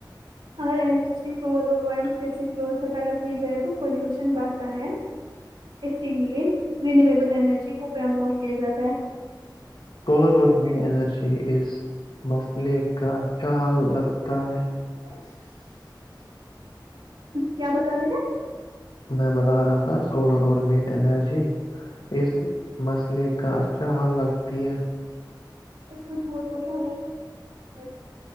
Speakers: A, on the right; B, on the left.
A: اگر <unintelligible> اور آئل کیسی سے پیدا کی جائے تو پولوشن بڑھتا ہے اسی لیے رینیویبل انرجی کو پرموٹ کیا جاتا ہے
B: ولر اور ایرجی اس مسئلے کا اچھا حال لگتا ہے
A: <inaudible> <inaudible> کیا بتا رہے تھے
B: میں بتا رہا تھا سولر اور وین انرجی اس مسئلے کا اچھا حل لگتی ہے
A: سوچ بڈ کو کیا ہوا